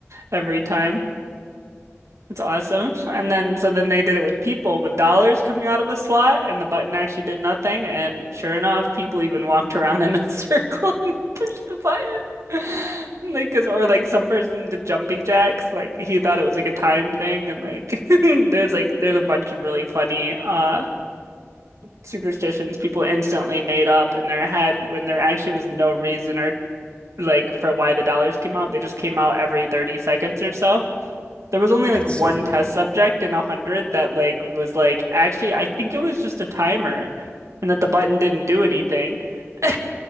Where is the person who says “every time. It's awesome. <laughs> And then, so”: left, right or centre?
Right